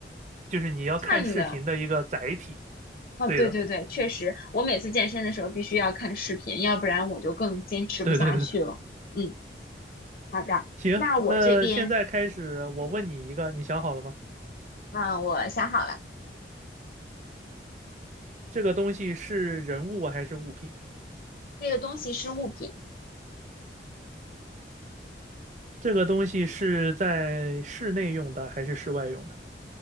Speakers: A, on the right; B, on the left.
A: 就是你要看视频的一个载体。
B: 看的，哦，
A: 对的，
B: 对对对，确实，我每次健身的时候必须要看视频，要不然我就更坚持不下去了。
A: 对对对对。
B: 嗯，好的，
A: 行，
B: 那我这边，
A: 那现在开始，我问你一个，你想好了吗？
B: 嗯、我想好了，
A: 这个东西是人物还是物品？
B: 这个东西是物品，
A: 这个东西是在室内用的还是室外用的？